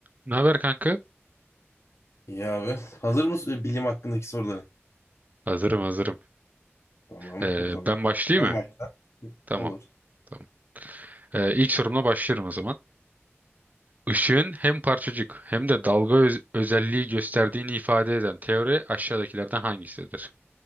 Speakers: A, on the right; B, on the left.
A: Ne haber kanka?
B: İyi abi. Hazır mısın e, bilim hakkındaki soruları?
A: Hazırım hazırım.
B: Tamam
A: Ee,
B: o zaman.
A: ben başlayayım
B: Sen
A: mı?
B: başla.
A: Tamam
B: Olur.
A: tamam. Ee, ilk sorumla başlıyorum o zaman. Işığın hem parçacık hem de dalga öz- özelliği gösterdiğini ifade eden teori aşağıdakilerden hangisidir?